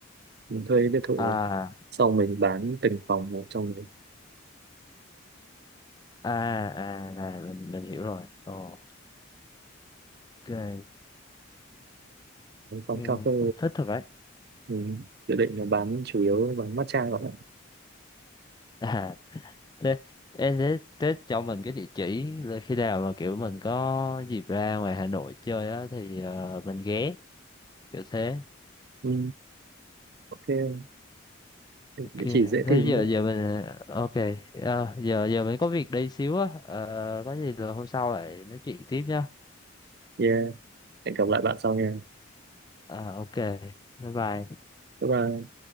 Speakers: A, on the right (about 50°); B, on the left (about 20°).
A: mình thuê biệt thự ấy.
B: à
A: sau mình bán từng phòng một trong đấy
B: à à này mình mình hiểu rồi Ồ, ok
A: Còn
B: ừ,
A: cà phê
B: cũng thích thật đấy
A: thì mình dự định là bán chủ yếu bán matcha các bạn.
B: <laughs> à thế em thế, thế cho mình cái địa chỉ là khi nào mà kiểu mình có dịp ra ngoài Hà Nội chơi á thì ờ, mình ghé kiểu thế
A: Ừ, ok,
B: Ok,
A: địa chỉ dễ
B: thế
A: tìm
B: giờ
A: nhé.
B: giờ mình ờ, ok à, giờ giờ mình có việc đây xíu á Ờ, có gì rồi hôm sau lại nói chuyện tiếp nhá
A: Yeah, hẹn gặp lại bạn sau nha.
B: Ờ, ok bye bye
A: Bye bye.